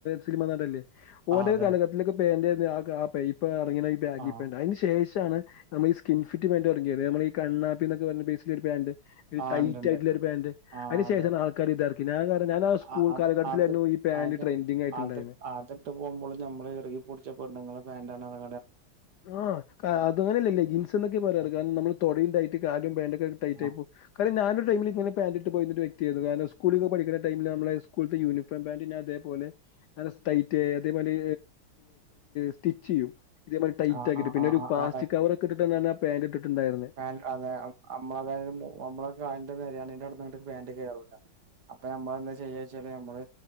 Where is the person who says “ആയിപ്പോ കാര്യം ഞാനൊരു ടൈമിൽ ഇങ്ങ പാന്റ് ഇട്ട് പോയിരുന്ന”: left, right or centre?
Left